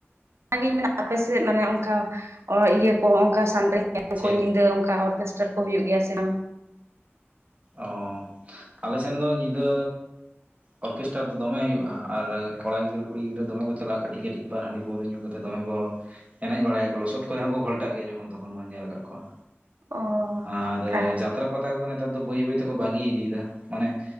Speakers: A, on the right; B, on the right.
A: ᱚᱱᱟᱜᱤᱧ ᱢᱮᱱᱟ ᱟᱯᱮ ᱥᱮᱫ ᱢᱟᱱᱮ ᱚᱱᱠᱟ ᱤᱭᱟᱹ ᱠᱚ ᱚᱱᱠᱟ ᱥᱟᱱᱰᱮ ᱠᱚ
B: ᱪᱮᱫ
A: ᱧᱤᱫᱟᱹ ᱚᱱᱠᱟ ᱚᱨᱠᱮᱥᱴᱟᱨ ᱠᱚ ᱦᱩᱭᱩᱜ ᱜᱮᱭᱟ ᱥᱮ ᱵᱟᱝ
B: ᱚ ᱟᱞᱮ ᱥᱮᱱ ᱫᱚ ᱧᱤᱫᱟᱹ ᱚᱨᱠᱮᱥᱴᱟᱨ ᱫᱚ ᱫᱚᱢᱮ ᱦᱩᱭᱩᱜᱼᱟ ᱟᱨ ᱠᱚᱲᱟ ᱜᱤᱫᱽᱨᱟᱹ ᱠᱩᱲᱤ ᱜᱤᱫᱽᱨᱟᱹ ᱫᱚᱢᱮ ᱠᱚ ᱪᱟᱞᱟᱜᱼᱟ ᱠᱟᱹᱴᱤᱡ ᱠᱟᱹᱴᱤᱡ ᱟᱨ ᱦᱟᱺᱰᱤ ᱠᱚᱣ ᱧᱩ ᱠᱟᱛᱮᱮᱫ ᱫᱚᱢᱮ ᱠᱚ ᱮᱱᱮᱡ ᱵᱟᱲᱟᱭᱟ ᱠᱚ ᱞᱚᱥᱚᱫ ᱠᱚᱨᱮ ᱦᱚᱸᱠᱚ ᱜᱷᱚᱞᱴᱟᱜ ᱜᱮᱭᱟ ᱡᱚᱠᱷᱚᱱ ᱛᱚᱠᱷᱚᱱ ᱢᱟ ᱧᱮᱞ ᱟᱠᱟᱜ ᱠᱚᱣᱟ
A: ᱚ
B: ᱟᱨ
A: ᱛᱟ
B: ᱡᱟᱛᱨᱟ ᱯᱟᱛᱟ ᱠᱚᱫᱚ ᱱᱮᱛᱟᱨ ᱟᱫᱚ ᱵᱟᱹᱭ ᱵᱟᱹᱭ ᱛᱮᱠᱚ ᱵᱟᱹᱜᱤ ᱤᱫᱤᱭᱮᱫᱟ ᱢᱟᱱᱮ